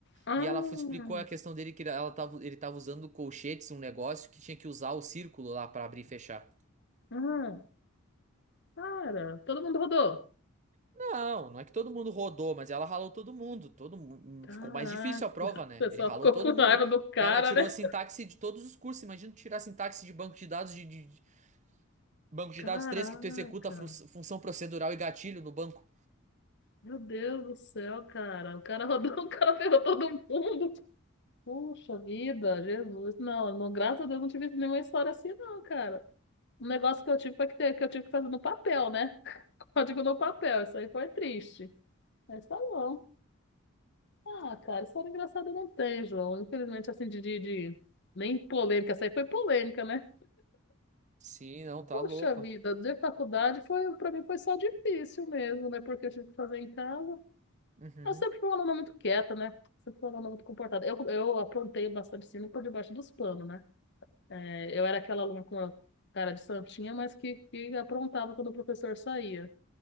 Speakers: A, on the left; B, on the right.
A: Ah,
B: E ela f- explicou a questão dele que ela tava, ele tava usando colchetes, um negócio que tinha que usar o círculo lá pra abrir e fechar.
A: aham. Cara, todo mundo rodou.
B: Não, não é que todo mundo rodou, mas ela ralou todo mundo. Todo mu-
A: Caraca,
B: hum, ficou mais difícil a prova,
A: <laughs>
B: né?
A: o pessoal
B: Ele ralou
A: ficou
B: todo
A: com
B: mundo.
A: raiva do cara,
B: Ela tirou
A: né?
B: sintaxe de todos os cursos. Imagina tu tirar sintaxe de banco de dados de, de- de- banco de
A: Caraca,
B: dados três que tu executa fru- função procedural e gatilho no banco.
A: meu Deus do céu, cara. O cara rodou, <laughs> o cara ferrou todo mundo. Puxa vida, Jesus. Não, não, graças a Deus não tive nenhuma história assim, não, cara. Um negócio que eu tive foi que, ter, que eu tive que fazer no papel, né? <laughs> Código no papel, isso aí foi triste. Mas tá bom. Ah, cara, história engraçada não tem, João. Infelizmente, assim, de, de, de- Nem polêmica, essa aí foi polêmica, né?
B: Sim, não, tá
A: Poxa
B: louco.
A: vida, de faculdade foi, pra mim foi só difícil mesmo, né? Porque eu tive que fazer em casa.
B: Uhum.
A: Eu sempre fui uma aluna muito quieta, né? Sempre fui uma aluna muito comportada. Eu, eu aprontei bastante, assim, por debaixo dos panos, né? É, eu era aquela aluna com a cara de santinha, mas que, que aprontava quando o professor saía.